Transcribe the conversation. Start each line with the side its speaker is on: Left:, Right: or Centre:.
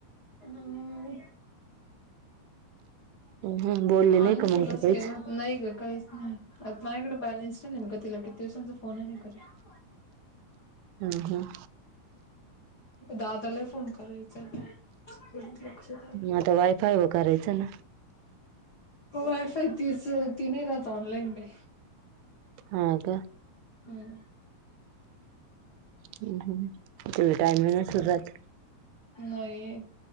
Left: उम्म
Right: हम्म बोलली नाही
Left: आंशुलाच
Right: का मग तू काहीच
Left: केला. नाही ग काहीच नाही. आता माझ्याकडें बॅलेन्स नाही नेमका तिला किती दिवसांचा फोनही काही करीत.
Right: हम् हम्.
Left: दादालाही फोन करायचा. लक्षात आलं.
Right: म आता वायफाय व करायचा ना.
Left: वो वायफाय तीच ती नाही राहत ऑनलाईन बे.
Right: हम्म का.
Left: हम्म.
Right: हुं हुं फुल टाइम नसल जात.
Left: नईये.